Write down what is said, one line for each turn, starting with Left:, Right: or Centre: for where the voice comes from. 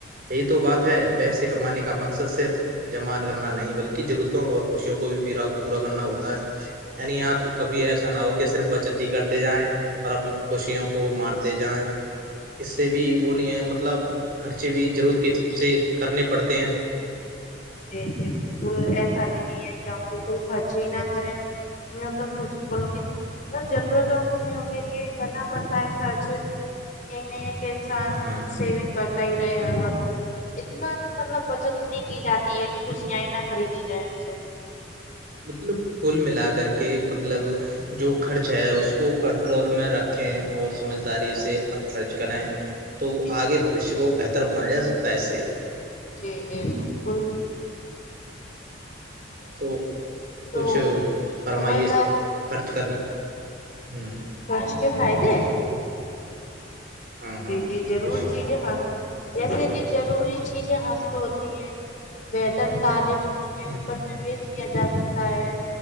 Right: یہی تو بات ہے پیسے کمانے کا مقصد صرف جمان کرنا نہیں بلکہ ضرورتوں اور خوشیوں کو بھی پا پورا کرنا ہوتا ہے یعنی آپ کبھی ایسا نہ ہو کہ صرف بچت ہی کرتے جائیں اور اپنی خوشیوں کو مارتے جائیں اس سے بھی وہ نہیں ہے مطلب خرچے بھی ضرورت کے حساب سے کرنے پڑتے ہیں
Left: جی جی بالکل ایسا بھی نہیں ہے کہ ہم بالکل خرچ ہی نہ کریں تو خوش بولک ضرورت ہو خوشیوں کے لیے کرنا پڑتا ہے خرچ یہ نہیں انسان
Right: ہاں
Left: سیونگ کرتا ہی رہے ہر وقت اتنا بھی مطلب بچت نہیں کی جاتی خوشیاں ہی نہ خریدی جائے سے
Right: مطلب کل ملا کر کے مطلب جو خرچ ہے اس کو کنٹرول میں رکھیں اور سمجھداری سے خرچ کریں تو
Left: جی
Right: آگے بھشیہ کو بہتر بنایا جا سکتا ہے اس سے
Left: جی جی بالکل
Right: تو
Left: تو
Right: کچھ فرمائیے
Left: سمجھدار
Right: خرچ کرنا ہوں
Left: خرچ کے فائدے
Right: ہاں
Left: جی
Right: ہاں
Left: جی ضرور
Right: کچھ
Left: چیزیں ہاتھ جیسے کہ ضروری چیزیں حاصل ہوتی ہیں بہتر تعلیم
Right: ہوں
Left: پر نویش کیا جا سکتا ہے